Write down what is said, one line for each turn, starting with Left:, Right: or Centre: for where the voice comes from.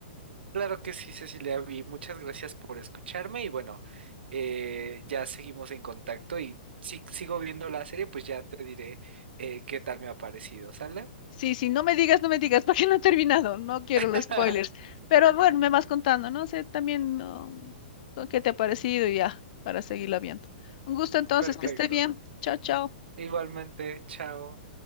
Right: Claro que sí, Cecilia, y muchas gracias por escucharme y bueno, eh, ya seguimos en contacto y si sigo viendo la serie, pues ya te diré eh, qué tal me ha parecido, ¿sale?
Left: Sí, sí, no me digas, no me digas, <laughs> porque no he terminado, no quiero
Right: <laughs>
Left: los spoilers. <laughs> Pero bueno, me vas contando, no sé, también no, con qué te ha parecido y ya, para seguirla viendo. Un gusto entonces,
Right: Perfecto.
Left: que esté bien. Chao, chao.
Right: Igualmente, chao.